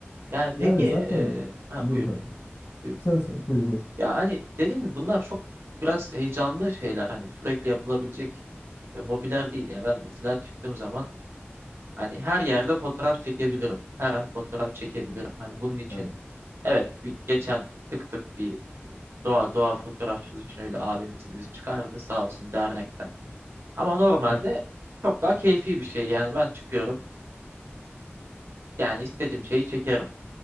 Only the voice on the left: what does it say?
Yani
zaten
buyur
kanka.
Sen sen buyur buyur.
Evet.
Çok.